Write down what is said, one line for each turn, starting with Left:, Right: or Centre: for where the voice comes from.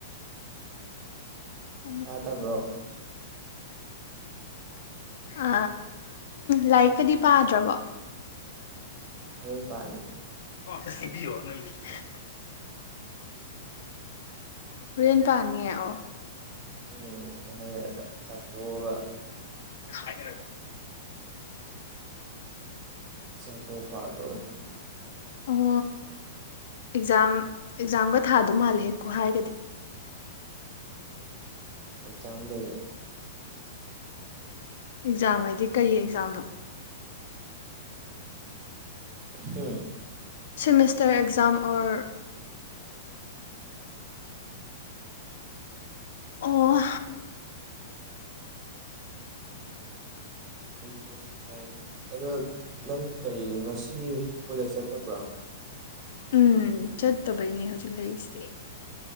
Left: <inaudible>
Right: ꯇꯥꯗꯕ꯭ꯔꯣ
Left: ꯑ ꯂꯥꯏꯔꯤꯛꯀꯗꯤ ꯄꯥꯗ꯭ꯔꯕꯣ
Right: ꯃꯌꯨꯝ ꯄꯥꯅꯤ
Left: <unintelligible> ꯀꯦꯟ ꯄꯅꯤ ꯑꯣ
Right: ꯎꯝ ꯑꯍꯜ ꯆꯠꯇꯣꯛꯑꯒ
Left: ꯥꯏꯔꯒ
Right: ꯆꯥꯛꯇꯣ ꯄꯥꯗ꯭ꯔꯣꯕꯅꯤ
Left: ꯑꯣ ꯑꯦꯛꯖꯥꯝ ꯑꯦꯛꯖꯥꯝꯒ ꯊꯥꯗꯧ ꯃꯥꯜꯂꯦ ꯍꯦꯛꯀꯣ ꯍꯥꯏꯔꯒꯗꯤ
Right: ꯑꯦꯛꯖꯥꯝ ꯂꯩ
Left: ꯑꯦꯛꯖꯥꯝ ꯍꯥꯏꯗꯤ ꯀꯔꯤ ꯑꯦꯛꯖꯥꯝꯅꯣ
Right: ꯍꯝ
Left: ꯁꯤꯃꯦꯁꯇꯔ ꯑꯦꯛꯖꯝ ꯑꯣ ꯑꯣ
Right: ꯇꯦ ꯃꯆꯥ ꯑꯗꯣ ꯅꯪ ꯀꯔꯤ ꯉꯁꯤ ꯀꯣꯂꯦꯖ ꯆꯠꯇꯕ꯭ꯔꯣ
Left: ꯎꯝ ꯆꯠꯇꯕꯩꯅꯤ ꯍꯧꯖꯤꯛ ꯂꯩꯁꯦ